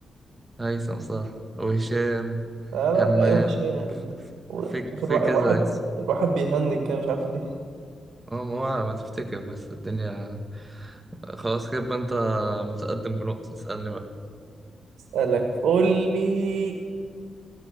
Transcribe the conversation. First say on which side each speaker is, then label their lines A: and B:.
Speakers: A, on the right (about 20°); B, on the right (about 85°).
A: هيثم صح وهشام
B: لا
A: همام
B: لا وحش يعني
A: ف- ف-
B: مش
A: في
B: عارف
A: في
B: <laughs> الواحد
A: كذا
B: الواحد
A: اسم
B: الواحد بيهنج كده مش عارف ليه
A: هو هو ما تفتكر بس الدنيا خلاص كده يبقى انت متقدم بنقطة اسألني بقى
B: اسألك قول لي